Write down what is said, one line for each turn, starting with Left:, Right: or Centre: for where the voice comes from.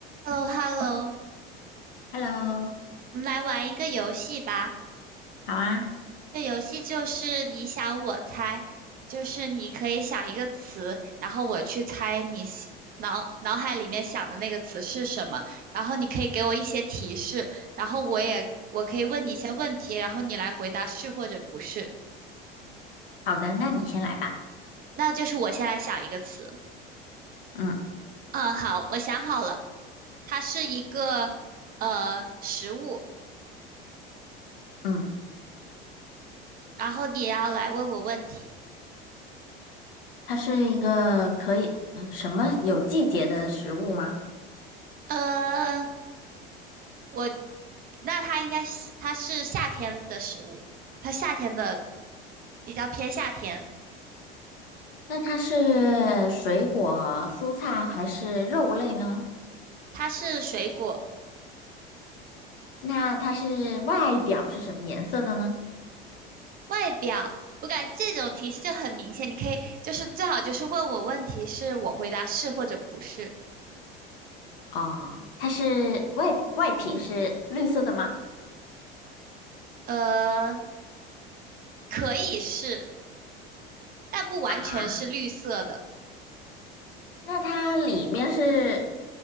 Right: h e l l o h e l l o
Left: Hello，
Right: 我们来玩一个游戏吧。
Left: 好啊，
Right: 这游戏就是你想我猜，就是你可以想一个词，然后我去猜你喜脑脑海里面想的那个词是什么，然后你可以给我一些提示，然后我也我可以问你一些问题，然后你来回答是或者不是。
Left: 好的，那你先来吧。
Right: 那就是我先来想一个词。
Left: 嗯
Right: 嗯，好，我想好了，它是一个呃食物，
Left: 嗯，
Right: 然后你要来问我问题。
Left: 它是一个可以，嗯，什么有季节的食物吗？
Right: 呃，我那它应该是它是夏天的食物，它夏天的比较偏夏天，
Left: 那它是水果、蔬菜还是肉类呢？
Right: 它是水果。
Left: 那它是外表是什么颜色的呢？
Right: 外表，我感觉这种提示就很明显，你可以就是最好就是问我问题，是我回答是或者不是。
Left: 哦，它是外外皮是绿色的吗？
Right: 呃，可以是，但不完全是绿色的，
Left: 啊，那它里面是